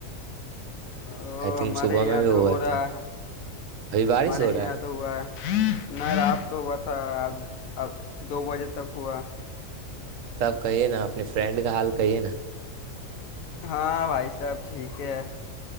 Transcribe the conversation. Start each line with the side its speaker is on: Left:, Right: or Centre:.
Left: او
Right: تھنک
Left: ہمارے
Right: صبح
Left: یہاں
Right: میں بھی ہوا
Left: تو ہو رہا
Right: تھا ابھی بارش
Left: ہمارے
Right: ہو رہا
Left: یہاں
Right: ہے
Left: تو ہوا ہے- میں رات کو ہوا تھا آج ا دو بجے تک ہوا-
Right: سب کہیے نا اپنی فرینڈ کا حال کہیے نا
Left: ہاں بھائی سب ٹھیک ہے-